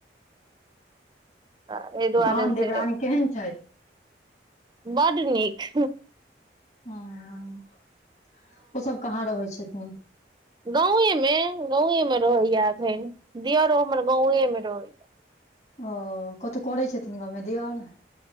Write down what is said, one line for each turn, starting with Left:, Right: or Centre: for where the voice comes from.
Right: तऽ एहि दुआरे
Left: तहन देवरानी
Right: से
Left: केहेन छइथ?
Right: बड्ड नीक।
Left: हॅं अ ओ सब कहाँ रहै छथिन?
Right: गांवे मे गांवे मे रहैये अखैन दीयरो हमर गांवे मे रहैये।
Left: ओ कथु करै छथिन गाँव मे दीयर?